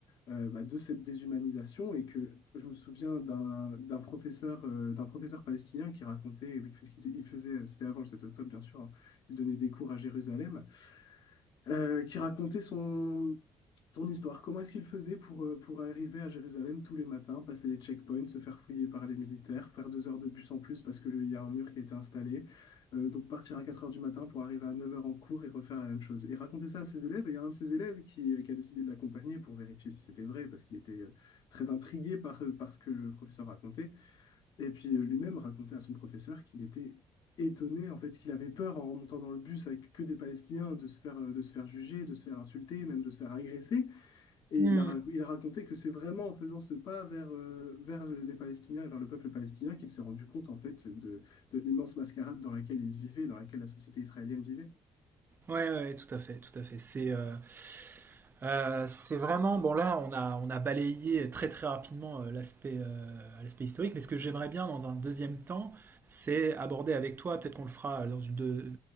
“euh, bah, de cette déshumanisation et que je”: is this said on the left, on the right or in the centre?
Left